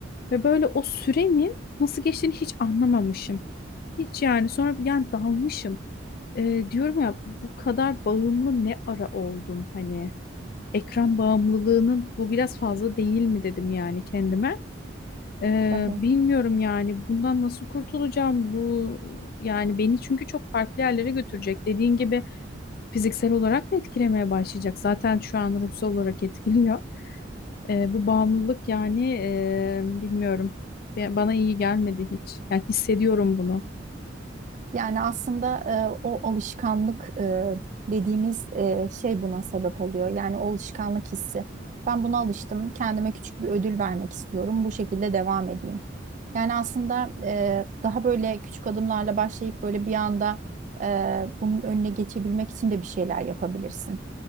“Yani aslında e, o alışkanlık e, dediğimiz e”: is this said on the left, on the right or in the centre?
Right